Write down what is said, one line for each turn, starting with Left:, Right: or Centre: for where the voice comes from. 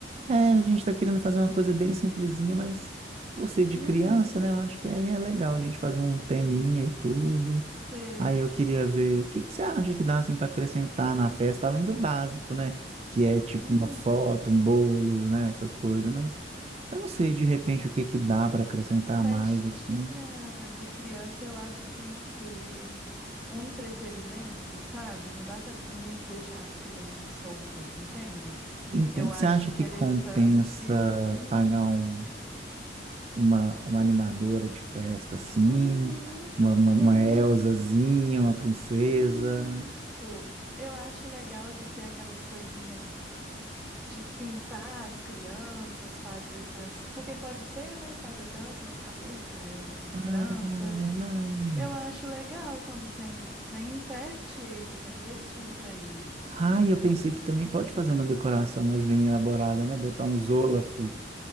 Right: É, a gente está querendo fazer uma coisa bem simplesinha, mas por ser de
Centre: Uhum,
Right: criança, né? Eu acho que aí é legal a gente fazer um teminha e tudo.
Centre: sei.
Right: Aí eu queria ver o que que você acha que dá assim para acrescentar na festa, além do básico, né? Que é tipo
Centre: Hum,
Right: uma foto, um bolo, né? Essas coisas, mas eu não sei de repente o que que dá para acrescentar
Centre: festinha
Right: mais assim.
Centre: de criança eu acho que tem que ter um entretenimento, sabe? Não dá pra muito deixar as crianças soltas, entende?
Right: Entende?
Centre: Eu acho
Right: Você acha
Centre: interessante.
Right: que compensa
Centre: Hum.
Right: pagar um uma, uma animadora de festa, assim,
Centre: Uhum,
Right: uma, uma, uma
Centre: tem.
Right: Elsazinha, uma princesa.
Centre: Isso. Eu acho legal de ter aquelas coisinhas de pintar as crianças, fazer trança. Porque pode ter, né? Fazer trança no cabelo, que a Elza tem
Right: Ah,
Centre: trança.
Right: é verdade.
Centre: Eu acho legal quando tem esses trem, enterte eles, assim, é divertido para eles.
Right: Ah, e eu pensei que também pode fazer uma decoração mais bem elaborada, né? Botar uns Olaf,